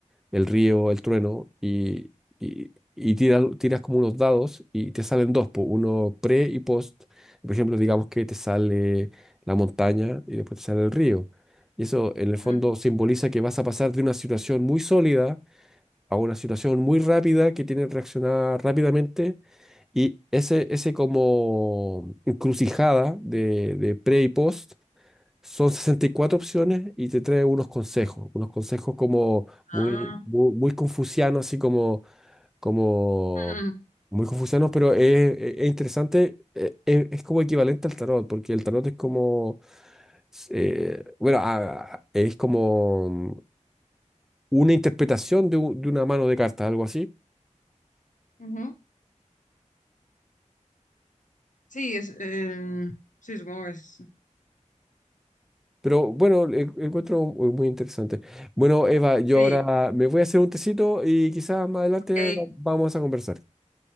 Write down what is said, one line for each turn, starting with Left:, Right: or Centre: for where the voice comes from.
Centre: el río, el trueno, y, y, y tiras, tiras como unos dados y te salen dos, po, uno pre y post. Por ejemplo, digamos que te sale la montaña y después te sale el río. Y eso en el fondo
Left: Mm.
Centre: simboliza que vas a pasar de una situación muy sólida a una situación muy rápida que tiene que reaccionar rápidamente y ese, ese como encrucijada de, de pre y post son 64 opciones y te trae unos consejos, unos consejos como muy,
Left: Ah,
Centre: muy, muy confucianos, así como, como
Left: mm,
Centre: muy confucianos, pero es, es- es interesante, eh, es, es como equivalente al tarot, porque el tarot es como, eh, bueno, ah, es como una interpretación de, u- de una mano de cartas, algo así.
Left: ujú. Sí, es, eh, sí, supongo que es.
Centre: Pero bueno, en- encuentro muy muy interesante. Bueno, Eva, yo
Left: Sí,
Centre: ahora me voy a hacer un tecito y quizás más adelante
Left: ok,
Centre: va- vamos a conversar.